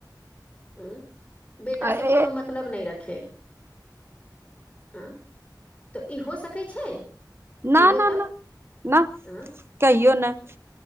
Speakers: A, on the left (about 20°); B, on the right (about 35°).
A: हू बेटा
B: ए
A: से कोनो मत मतलब नय रखे हँ तऽ ई हो सकै छै
B: ना
A: कहियो
B: ना
A: तऽ
B: ना ना
A: अ
B: कहियो नय